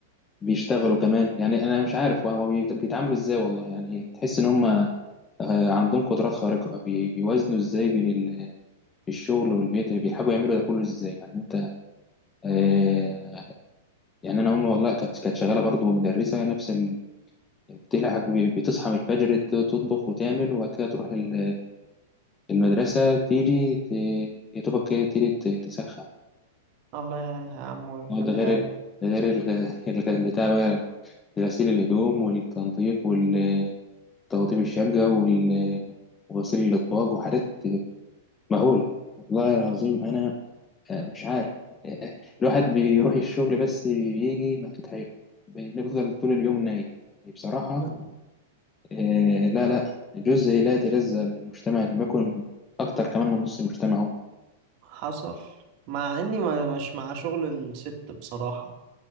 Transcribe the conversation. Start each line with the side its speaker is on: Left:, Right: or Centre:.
Left: بيشتغلوا كمان يعني أنا مش عارف هو بيت- بيتعاملوا إزاي والله يعني تحس إن هم آه، عندهم قدرات خارقة بي- بيوازنوا إزاي بين ال- الشغل والبيت بيلحقوا يعملوا ده كله إزاي يعني أنت آه، يعني انا امي والله كانت كانت شغاله برضه مدرسه نفس ال... بتلعب بتصحى من الفجر ت- تطبخ وتعمل وبعد كده تروح ال- المدرسه تيجي ت... يا دوبك كده تيجي ت- تسخن
Right: الله يعينها يا عم ويخليها
Left: هو ده غير ال... ده غير ال... <laughs> ال- بتاع بقى غسيل الهدوم والتنظيف والتوضيب الشقه وال... وغسيل الاطباق وحاجات مهوله والله العظيم انا آه، مش عارف آه، الواحد بيروح الشغل بس بيجي مكتوت حيله بنفضل طول اليوم نايم بصراحة
Right: لك
Left: آه، لا لا جزء لا يتجزأ من المجتمع لما يكون أكتر كمان من نص المجتمع هم
Right: حصل مع اني ما مش مع شغل الست بصراحة